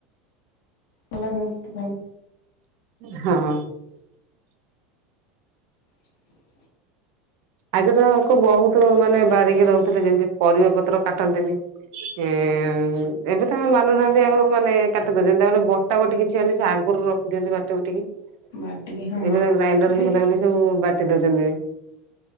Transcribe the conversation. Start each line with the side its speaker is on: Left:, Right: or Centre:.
Left: କଲାଗସ୍ଥି ଭ
Right: ହଁ।
Left: <inaudible>
Right: ଆଗେ ତକୁ ବହୁତ ମାନେ ବାରିକି ରହୁଥିଲେ ଯେମିତି ପରିବା ପତ୍ର କାଟନ୍ତିନି ଏବେ ତ ମାନୁନାହାନ୍ତି ଆଉ ମାନେ କାଟତି ଯେମିତି ତାପରେ ବଟା ବଟି କିଛିନି ସେ ଆଗରୁ ରଖିଦିଅନ୍ତି ବାଟି ବଟିକି। ଏବେ
Left: ବାଟିକି ହଁ
Right: ଗ୍ରାଇଣ୍ଡର
Left: ଏବେ
Right: ହେଇଗଲା ବୋଲି ସବୁ ବାଟି ଦଉଛନ୍ତି।